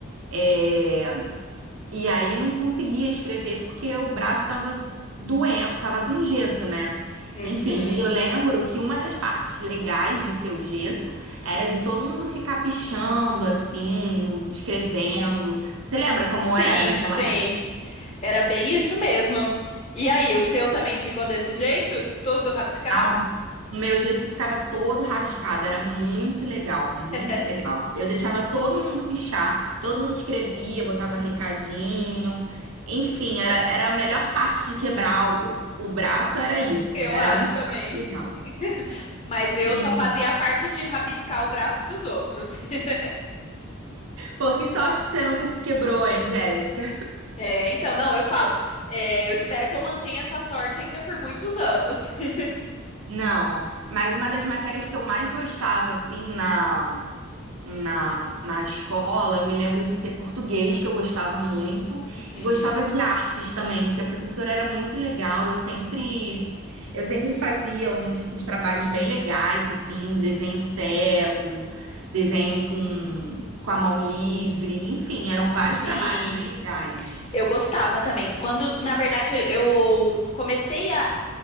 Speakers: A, on the right; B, on the left.
A: É, e aí não conseguia escrever porque o braço tava doendo, tava com gesso, né?
B: uhum.
A: Enfim, e eu lembro que uma das partes legais de ter o gesso era de todo mundo ficar pichando assim, no- escrevendo. Você lembra como
B: Sim,
A: era naquela
B: sim. Era bem isso mesmo. E aí, o seu também ficou desse jeito? Todo rabiscado?
A: Ah, o meu gesso ficava todo rabiscado, era muito legal, muito
B: <laughs>
A: legal. Eu deixava todo mundo pichar, todo mundo escrevia, botava recadinho. Enfim, era, era a melhor parte de quebrar o, o braço, era isso.
B: Eu
A: Era
B: acho
A: a única
B: também.
A: parte legal.
B: <laughs> Mas eu
A: E,
B: só fazia a parte de rabiscar o braço dos outros. <laughs>
A: pô, que sorte que você nunca se quebrou, hein, Jéssica?
B: É, então, não, eu falo. é, eu espero que eu mantenha essa sorte ainda por muitos anos. <laughs>
A: Não, mas uma das matérias que eu mais gostava, assim, na, na, na escola, eu me lembro de ser português, que eu gostava muito,
B: Uhum.
A: e gostava de artes também, porque a professora era muito legal, eu sempre eu sempre fazia uns, uns trabalhos bem legais, assim, desenho cego, desenho com, com a mão livre, enfim, eram
B: Sim,
A: vários trabalhos bem legais.
B: eu gostava também. Quando, na verdade, eu comecei a,